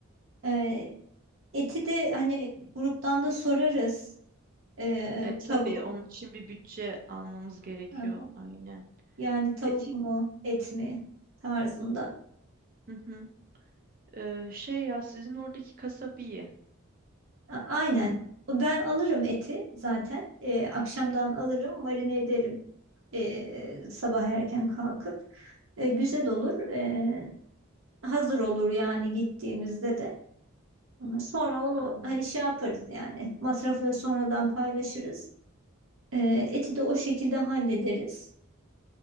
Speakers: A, on the right; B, on the right.
A: E, eti de hani gruptan da sorarız. E,
B: E,
A: tabu
B: tabii onun için bir bütçe almamız gerekiyor
A: Heh,
B: aynen.
A: yani tavuk
B: E tip
A: mu et mi tarzında.
B: hı hı. E, şey ya sizin oradaki kasap iyi.
A: A- Aynen. O Ben alırım eti zaten. E, akşamdan alırım, marine ederim e, sabah erken kalkıp. E, güzel olur. E, hazır olur yani gittiğimizde de. Ama Sonra onu
B: Aynen.
A: hani şey yaparız yani masrafları sonradan paylaşırız. Ee, eti de o şekilde hallederiz.